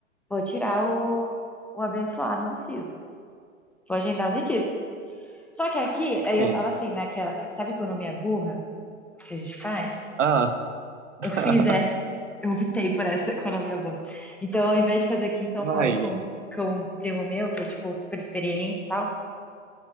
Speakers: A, in the centre; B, on the right (about 70°).
A: vou tirar o, o abençoado do siso. Vou agendar o dentista. Só que aqui,
B: Sim.
A: aí eu tava assim, naquela, sabe economia burra que a gente faz?
B: Ah, <laughs>
A: Eu fiz essa, eu optei por essa <laughs> economia burra. Então, ao invés de fazer aqui em São Paulo
B: ai.
A: com, com um primo meu, que é, tipo, super experiente e tal,